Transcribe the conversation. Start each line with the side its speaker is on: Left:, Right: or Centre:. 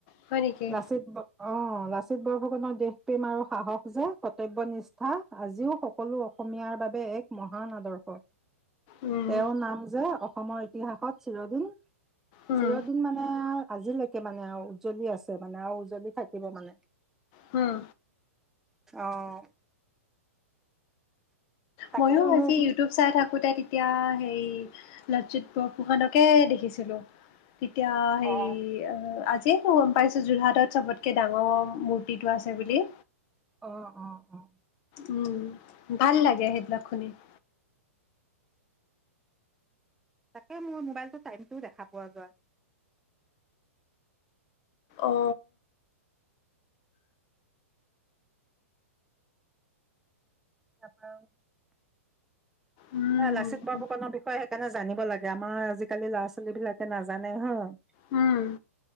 Left: হয় নেকি
Centre: লাচিত ব- অ' লাচিত বৰফুকনৰ দেশপেম আৰু সাহস যে কৰ্তব্য নিষ্ঠা আজিও সকলো অসমীয়াৰ বাবে এক মহান আদৰ্শ।
Left: উম
Centre: তেওঁৰ নাম যে অসমৰ ইতিহাসত চিৰদিন
Left: উম
Centre: চিৰদিন মানে আজিলৈকে মানে আৰু। উজ্জ্বলি আছে মানে আৰু উজ্জ্বলি থাকিব মানে।
Left: হুম।
Centre: অহ। তাকে
Left: ময়ো
Centre: বোলো
Left: আজি ইউটিউব চাই থাকো - থাকোতে তেতিয়া হেই লাচিত বৰফুকনকে দেখিছিলো। তেতিয়া হেৰি
Centre: অ
Left: আজিয়ে গম পাইছো যোৰহাটত চবতকে- কৈ ডাঙৰ মূৰ্তিটো আছে বুলি।
Centre: অ'-অ'-অ'
Left: উম ভাল লাগে সেইবিলাক শুনি। <inaudible>
Centre: তাকে মোৰ মোবাইলটোৰ টাইমটোও দেখা পোৱা যোৱা নাই।
Left: অ
Centre: তাৰপা।
Left: উম
Centre: এ লাচিত বৰফুকনৰ বিষয়ে সেইকাৰণে জানিব লাগে। আমাৰ আজিকালি ল'ৰা-ছোৱালী বিলাকে নাজানে হয় -
Left: উম,